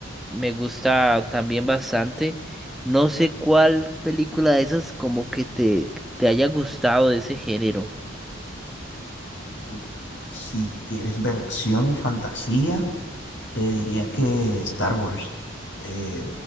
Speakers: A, in the centre; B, on the left.
A: me gusta también bastante. No sé cuál película de esas como que te, te haya gustado de ese género.
B: Uf, si quieres ver acción y fantasía, te diría que Star Wars. Eh,